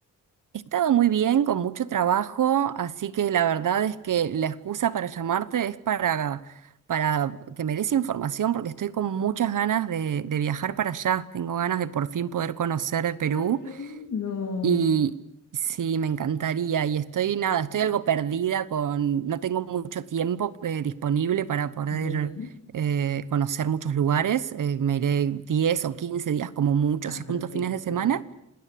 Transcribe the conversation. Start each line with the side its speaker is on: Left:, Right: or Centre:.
Right: he estado muy bien, con mucho trabajo, así que la verdad es que la excusa para llamarte es para, para que me des información, porque estoy con muchas ganas de, de viajar para allá. Tengo ganas de por fin poder conocer el Perú
Left: Ay, qué lindo.
Right: Y sí, me encantaría. Y estoy, nada, estoy algo perdida con, no tengo mucho tiempo eh, disponible para poder
Left: Ya.
Right: eh, conocer muchos lugares. Eh, me iré 10 o 15 días como mucho,
Left: Ah,
Right: si
Left: perfecto.
Right: junto fines de semana.